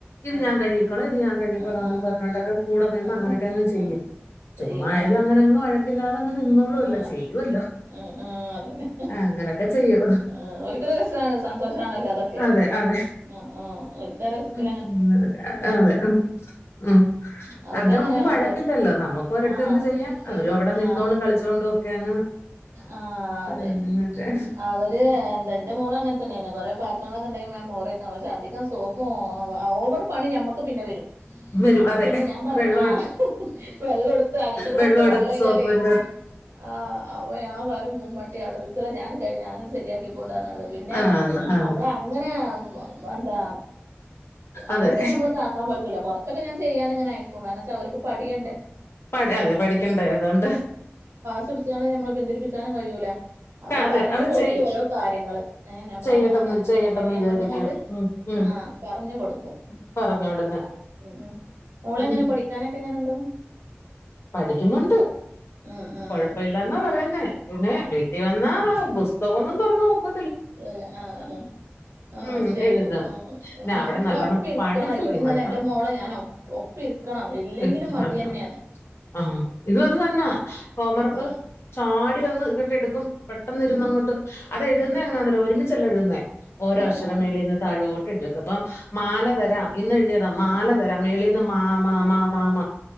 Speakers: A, on the left (about 65°); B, on the right (about 80°).
A: ഇത്
B: ഉം
A: ഞാൻ കഴിക്കോളാം ഇത് ഞാൻ കഴികിക്കോളാന്നും
B: ആ ആ
A: പറഞ്ഞിട്ടൊക്കെ കൂടെ നിന്ന്
B: ആ ആ
A: അങ്ങനൊക്കെങ്ങ്
B: ആ
A: ചെയ്യും
B: ആ ആ ആ ആ ചെയ്യും
A: ചുമ്മായാലും
B: ആ
A: അങ്ങനങ്ങ് വഴ ക്കില്ലാതെങ്ങ് നിന്നോളൂല്ലോ
B: ആ ആ
A: ചെയ്യുവല്ലോ
B: ആ ആ അതന്നെ
A: അങ്ങനൊക്കെ ചെയ്യൂ
B: ആ ഓൽക്കൊരു രസാണ് സന്തോഷാണല്ലോ അതൊക്കെ
A: അതെ, അതെ.
B: ആ ആ ഓൽക്കാ രസത്തി
A: ഉം അതെ ഉം ഉം
B: അവരങ്ങനെ
A: അതിന് നമുക്ക്
B: അതെ
A: വഴക്കില്ലല്ലോ നമ്മുക്ക് ഓരെടുത്ത്
B: ആഹ്
A: നിന്ന് ചെയ്യാൻ അവരും അവിടെ നിന്നോളും
B: ആഹ്
A: കളിച്ചോണ്ടും ഒക്കെ അങ്ങ്
B: ആഹ് അതന്നെ
A: അങ്ങനെയൊക്കെ
B: അവ അത് എന്റെ എന്റെ മോളും അങ്ങനെ തന്നെ ആയിന് കൊറെ പാത്രങ്ങളൊക്കെ <unintelligible> ടൈം മോറെയൊക്കെ പക്ഷെ അധികം സോപ്പും ഓവർ പണി നമ്മക്ക് പിന്നെ വരും
A: വരും.
B: അപ്പൊ
A: അതെ.
B: പിന്നെ ഞാൻ പറഞ്ഞു
A: വെള്ളം
B: ആഹ്
A: എടുത്ത്
B: <unintelligible> വെള്ളം എടുത്ത് അകത്തു കൂടൊക്കെ
A: വെള്ളം
B: <unintelligible>
A: എടുത്ത് സോപ്പിന്റെ
B: ആഹ് അപ്പൊ ഞാൻ പറയും മുൻമട്ടി ആടെ നിക്കിളെ ആടെ കഴിഞ്ഞാൽ ഞാനും കഴിഞ്ഞാ ഞാനും ശരിയാക്കി കൊണ്ട് തന്നെ <unintelligible> പിന്നെ
A: ആന്ന്, ആന്ന്.
B: അമ്മളെ അങ്ങനെ ആഹ് എന്താ അധികം
A: അതെ.
B: നമ്മള് ഇതാക്കാൻ പറ്റൂല്ല കുറച്ചൊക്കെ ഞാൻ ചെയ്യാൻ ഇങ്ങനെ അയക്കും കാരണം വെച്ചാ അവരക്ക് പഠിയണ്ടേ
A: അതെ അതെ പഠിക്കണ്ടേ അതോണ്ട്
B: <unintelligible> നമ്മള് പിന്തിരിപ്പിച്ചാനും കഴിയൂല്ല അപ്പൊ
A: അതെ
B: പറഞ്ഞു
A: അവര്
B: കൊടുക്കും
A: ചെയ്
B: ഓരോ കാര്യങ്ങള് ഏഹ് നമ്മളങ്ങനന്നെ
A: ചെയ്യട്ടെന്ന് ചെയ്യട്ടെന്ന്
B: ഇങ്ങനന്നെ
A: വിചാരിക്കും.
B: പറഞ്ഞങ്ങാണ്ട്
A: ഉം. ഉം.
B: ആഹ് പറഞ്ഞു കൊടുക്കും
A: പറഞ്ഞു കൊടുക്കും.
B: ഉം ഉം മോളെങ്ങനാ
A: ഉം.
B: പഠി ക്കാനൊക്കെ എങ്ങനുണ്ട്
A: പഠിക്കുന്നുണ്ട്
B: ആഹ് ആഹ്
A: കൊഴപ്പില്ലന്നാ പറയുന്നേ പിന്നെ വീട്ടിൽ വന്നാ പുസ്തകം ഒന്നും തുറന്ന് നോക്ക
B: ഇല്ല ആഹ് ആഹ് ആഹ്
A: ഉം
B: ചെയ്യൂ
A: എഴുതും
B: ആഹ്
A: പിന്നെ
B: ഉം
A: അവിടെ
B: നമ്മളൊപ്പം
A: നല്ലോണ്ണം
B: ഇരിക്കണം
A: പഠിപ്പിക്കും
B: ഇവിടെ ഞാൻ
A: കേട്ടോ
B: എന്റെ മോളെ ഞാൻ ഒപ്പം ഒപ്പം ഇരിക്കണം ഇല്ലെങ്കിലും
A: എഴുത്തല്ലോ
B: മടി തന്നെയാണ്
A: ആഹ് ഇതും അത് തന്നാ ഹോംവർക്ക്
B: ഉം
A: ചാടി വന്ന് ഇങ്ങോട്ട് എടുക്കും പെട്ടന്ന് ഇരുന്നങ്ങോട്ട്
B: ഉം ഉം
A: അതെഴുന്നതെങ്ങനാന്നറിയ്യോ
B: ഉം
A: ഒരുമിച്ചല്ല എഴുതുന്നേ ഓരോ
B: ആഹ്
A: അക്ഷരം
B: ആഹ്
A: മേളീന്ന് താഴോട്ട് എഴുതി വെയ്ക്കും അപ്പം മാലതരാം ഇന്ന് എഴുതിയതാ
B: ആഹ്
A: മാല തരാം മേളിന്ന് മാ മാ മാ മാ മാ